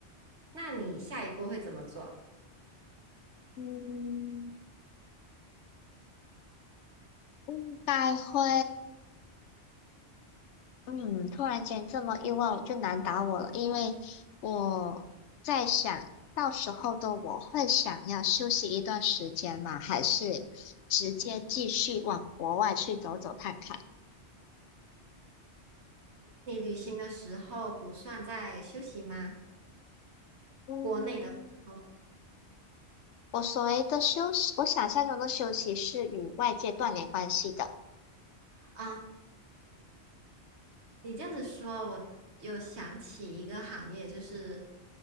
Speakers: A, on the right; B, on the left.
A: 那你下一步会怎么做？
B: 嗯，应该会。嗯，突然间这么意外，我就难倒我了，因为我在想到时候的我会想要休息一段时间吗？还是直接继续往国外去走走看看？
A: 你旅行的时候不算在休息吗？
B: 嗯，
A: 国内的时候
B: 我所谓的休息，我想象中的休息是与外界断联关系的。
A: 啊，你这样子说，我有想起一个行业，就是